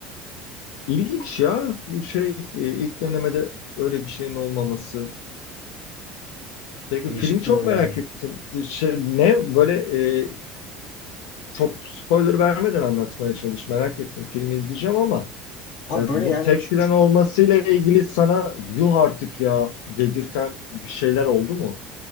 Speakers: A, on the left; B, on the left.
A: İlginç ya. Şey e, ilk dönemede öyle bir şeyin olmaması. Peki
B: Değişiktir
A: filmi çok
B: öyle
A: merak
B: yani.
A: ettim. Şey, ne böyle e, çok spoiler vermeden anlatmaya çalış. Merak ettim. Filmi izleyeceğim ama
B: <clears throat> Abi
A: e,
B: böyle
A: bu
B: yani
A: tek
B: ş-
A: plan olmasıyla ilgili sana yuh artık ya dedirten bir şeyler oldu mu?